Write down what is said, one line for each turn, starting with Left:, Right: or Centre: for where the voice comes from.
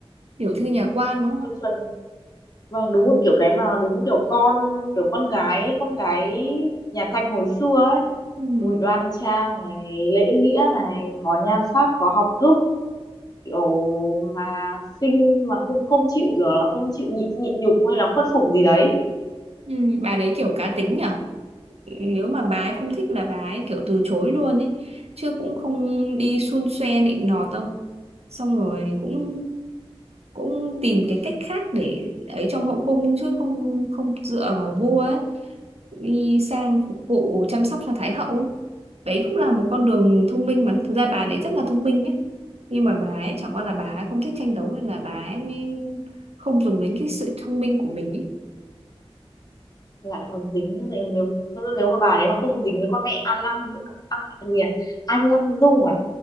Right: tiểu thư nhà quan đúng không
Left: chuẩn vâng đúng một kiểu cái mà đúng một kiểu con kiểu con gái con gái nhà Thanh hồi xưa ấy
Right: Ừm,
Left: Bùi đoan trang này lễ nghĩa này có nhan sắc có học thức kiểu mà xinh mà cũng không chịu kiểu là không chịu nhịn nhịn nhục hay là khuất phục gì đấy
Right: ừm, bà đấy kiểu cá tính nhở nếu mà bà ấy không thích là bà ấy kiểu từ chối luôn ấy chứ cũng không đi xun xoe nịnh nọt đâu xong rồi cũng cũng tìm cái cách khác để ấy trong hậu cung chứ không không dựa vào vua ấy đi sang phục vụ chăm sóc cho thái hậu ấy đấy cũng là một con đường thông minh mà thực ra bà đấy rất là thông minh ấy nhưng mà bà ấy chẳng qua là bà ấy không thích tranh đấu nên là bà ấy mới không dùng đến cái sự thông minh của mình ấy
Left: lại còn dính nữa. nếu nếu mà bà đấy mà không dính với con mẹ An Lăng An gì à? An Lăng Dung à